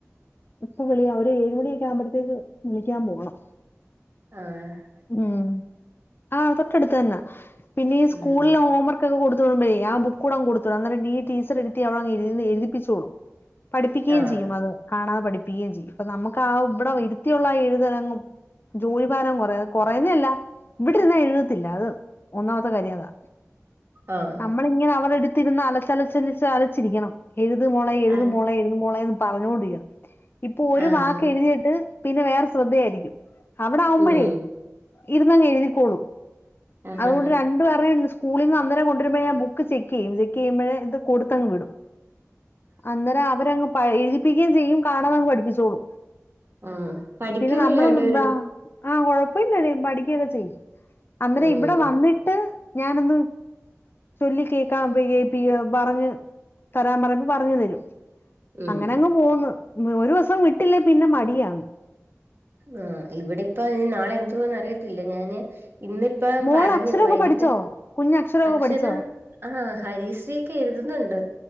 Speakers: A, on the left (about 45°); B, on the right (about 45°).
A: ഇപ്പൊ വിളിയ ഒരു ഏഴ് മണിയൊക്കെ ആകുമ്പോഴത്തേക്ക് വിളിക്കാൻ പോകണം
B: ആഹ
A: ഉം ആഹ തൊട്ടടുത്ത് തന്നെ പിന്നെ ഈ സ്കൂളിലെ
B: ഉം
A: ഹോംവർക്ക് ക്ക കൊടുത്തോടുമ്പോഴേ ആ ബുക്കൂ അങ് കൊടുത് വിട് ആ ടീച്ച എടുത്തി അവിടെ എ എരിപ്പിച്ചോളു പഠിപ്പിക്കുകയും
B: ആഹ്
A: ചെയ്യും അത് കാണാതെ പഠിപ്പിക്കുകയും ചെയ്യും അപ്പൊ നമുക്ക് ആ ഇവിടെ ഇട്ടുത്തിയുള്ള ആ എഴുതലങ്ങും ജോലിഭാരം കുറയ കൊറനല്ല. ഇവിടെന്നാ എഴുതത്തില്ല അത് ഒന്നാമത്തെ കാര്യം അതാ
B: ആഹ്
A: നമ്മളിങ്ങനെ അവടെ എടുത്തിരുന്ന് അലച്ചലച്ചന അലച്ചിരിക്കണം എഴുതുമോളെ എഴതുമോളെ
B: ആഹ്
A: എഴതുമോള എന്ന് പറഞ്ഞുകൊണ്ടരിക്കണം ഇപ്പൊ ഒരു
B: ആഹ്
A: വാക്ക് എഴുതിട്ട് പിന്നെ വേറെ ശ്രദ്ധയായിരിക്കും അവിടെ ആവുമ്പോഴേ
B: ഉം
A: ഇരുന്നങ് എഴുതിക്കോളും
B: ആഹ്
A: അതുകൊണ്ട്
B: ആഹ്
A: രണ്ട് <unintelligible> സ്കൂളിൽന്ന്ന്നരേ കൊണ്ടുവരുമ്പോഴേ ഞാ ബുക്ക് ചെക്ക് ചെയ്യും ചെക്ക് ചെയ്യുമ്പഴ ഇത് കൊടുത്തങ്ങ് വിടും അന്നേരം അവരങ് എഴുതിപ്പിക്കുകയും ചെയ്യും കാണാത ങ്ങ് പഠിപ്പിച്ചോളും
B: ആഹ് പഠിക്കുവല്ലോ
A: പിന്നെ നമ്മള
B: രണ്ടുപേരും
A: എന്താ <inaudible> ആഹ കൊഴപ്പമില്ലല്ലും പഠിക്കുകൊക്കെ ചെയ്യും അന്നേരം
B: ഉം
A: ഇവിടെ വന്നിട്ട് ഞാനൊന്ന് ചൊല്ല കേക്കാൻ <unintelligible> പറഞ്ഞഞ് തരാൻ പറയുമ്പ പറഞ്ഞ് തരും
B: ഉം
A: അങ്ങനെ അങ്ങ് പോവുന്നു. ഒരു ദിവസം വിട്ടില്ലേ പിന്നെ മടിയാന്ന്.
B: ആ ഇവിടെപ്പ ഇനി നാളെ എന്തന്ന് അറിയത്തില്ല ഞാന് ഇന്നിപ്പം
A: മോൾ
B: പറഞ്ഞു
A: അക്ഷരമൊക്കെ
B: വൈകിട്ട്
A: പഠിച്ചോ കുഞ്ഞ് അക്ഷരമൊക്കെ
B: അക്ഷരം
A: പഠിച്ചോ
B: ആഹ ഹരീശ്രീ ഒക്കെ എഴുതുന്നുണ്ട്